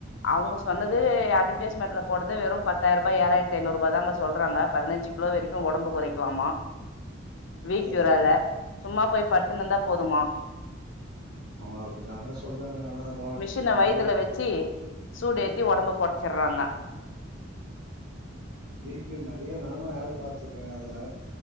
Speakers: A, on the left; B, on the right.
A: அவங்க சொன்னது அட்வர்டைஸ்மெண்ட்ல போட்டது வெறும் பத்தாயிரம் ரூபாய் ஏழாயிரத்த ஐநூறு ரூபாய் தான் அங்க சொல்றாங்க பதினஞ்சு கிலோ வரைக்கும் உடம்பு குறைக்கலாமா வீக்கறல
B: சரிங்க
A: சும்மா போய் படூத்துனந்தா போதுமா
B: அவுங்க அப்படிதானங்க சொல்றாங்க ஆனா
A: மிஷின வயிறத்துல
B: அது
A: வச்சு சூடேத்தி உடம்பு குறைச்சிடறாங்க
B: வீக்யூர் நிறைய நானும் ஆடு பாாரத்துருக்கேன் அதுல